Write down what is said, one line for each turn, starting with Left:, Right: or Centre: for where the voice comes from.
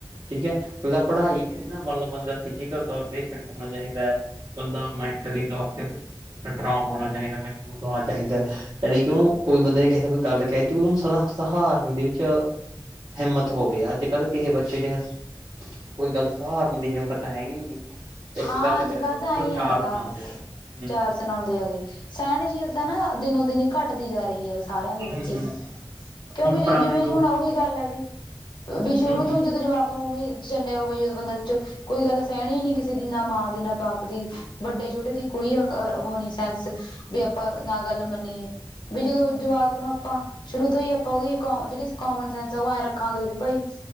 Right: ਠੀਕ ਹੈ ਕੱਲਾ ਪੜ੍ਹਾਈ ਏ ਮੰਨ ਲਓ ਬੰਦਾ ਫਿਜੀਕਲ ਤੌਰ ਤੇ ਫਿੱਟ ਹੋਣਾ ਚਾਹੀਦਾ ਹੈ ਬੰਦਾ ਮੈਂਟਲੀ ਤੌਰ ਤੇ ਸਟਰੋਂਗ ਹੋਣਾ ਚਾਹੀਦਾ ਮਜ਼ਬੂਤ ਹੋਣਾ ਚਾਹੀਦਾ। ਜਾਣੀ ਕਿ ਉਹਨੂੰ ਕੋਈ ਬੰਦੇ ਨੇ ਕਿਸੇ ਕੋਈ ਗੱਲ ਕਹਿ ਤੇ ਉਹਨੂੰ ਸ ਸਹਾਰਨ ਦੇ 'ਚ ਹਿੰਮਤ ਹੋਵੇ ਅੱਜ ਕੱਲ੍ਹ ਕਿਸੇ ਬੱਚੇ ਜਿ ਕੋਈ ਗੱਲ ਸਹਾਰਨ ਦੀ ਹਿੰਮਤ ਹੈਨੀਗੀ ਇੱਕ
Left: ਹਾਂ
Right: ਗੱਲ
Left: ਅੱਜ
Right: ਕਹਿ
Left: ਕੱਲ
Right: ਦੋ
Left: ਤਾਂ
Right: ਉ
Left: ਐਈ
Right: ਚਾਰ
Left: ਹੈਗਾ
Right: ਸੁਣਾਉਂਦੇ ਆ ਹੂੰ।
Left: ਚਾਰ ਸੁਣਾਉਂਦੇ ਹੈਗੇ ਸਹਿਣਸ਼ੀਲਤਾ ਨਾ ਦਿਨੋ ਦਿਨ ਹੀ ਘੱਟਦੀ ਜਾ ਰਹੀ ਹੈ ਸਾਰਿਆਂ
Right: ਹਮ
Left: ਦੇ ਵਿੱਚ
Right: ਹਮ
Left: ਹੀ ਕਿਉਂਕਿ
Right: ਹੁਣ
Left: ਜ
Right: ਪੁਰਾਣੇ
Left: ਜਿਵੇਂ
Right: ਲੋਕ
Left: ਹੁਣ ਉਹੀ ਗੱਲ ਹੈ ਵੀ-ਵੀ ਸ਼ੁਰੂ
Right: ਹਮ ਹਮ
Left: ਤੋਂ ਹੀ ਜਦੋਂ ਜਵਾਕ ਫਿਰ ਉਵੇਂ ਚੱਲਿਓ ਬਈ ਜਦੋਂ ਇਸ ਬੰਦਾ 'ਚ ਕੋਈ ਗੱਲ ਸਹਿਣੀ ਹੀ ਨਈ ਕਿਸੇ ਕਿਸੇ ਦੀ ਨਾ ਮਾਂ ਦੀ ਨਾ ਬਾਪ ਦੀ ਵੱਡੇ-ਛੋਟੇ ਦੀ ਕੋਈ ਅ ਹੋਨੀ ਸੈਂਸ ਵੀ ਆਪਾਂ ਨਾ ਗੱਲ ਮੰਨੀਏ ਵੀ ਜਦੋਂ ਜਵਾਕ ਨੂੰ ਆਪਾਂ ਸ਼ੁਰੂ ਤੋਂ ਹੀ ਆਪਾਂ ਉਹਦੀ ਕ ਜੇੜੀ ਕਾਮਨ ਸੈਂਸ ਓ ਐ ਰੱਖਾਂਗੇ ਵੀ ਭਈ